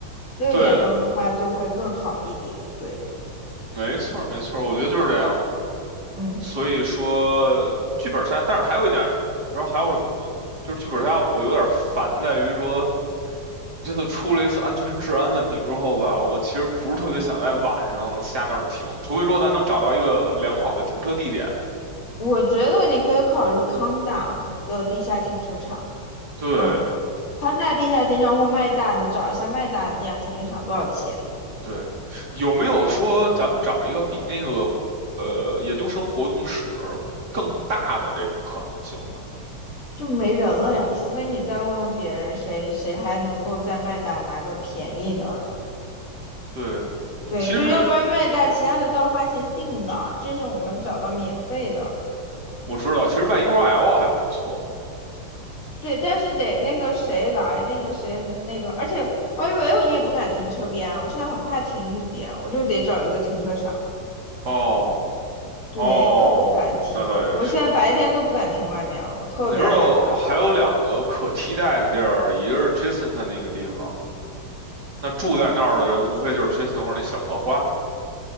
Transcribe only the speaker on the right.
对的，
没错儿，没错儿，我觉得就是这样的。
所以说，剧本杀，但是还有一点然你知道还有什么吗？就是剧本杀，我有点烦在于说，这次出了一次安全治安问题之后吧，我其实不是特别想在晚上下那儿停，除非说咱能找到一个良好的停车地点。
对
对，有没有说咱们找一个比那个呃研究生活动室更大的这种可能性呢？
对，
其实
我知道，其实 YURL 还不错。
哦
哦，
那倒也是。
你知道还有两个可替代的地儿，一个是 Jason 他那个地方，那住在那儿的人无非就是 Jason 或者那小荷花，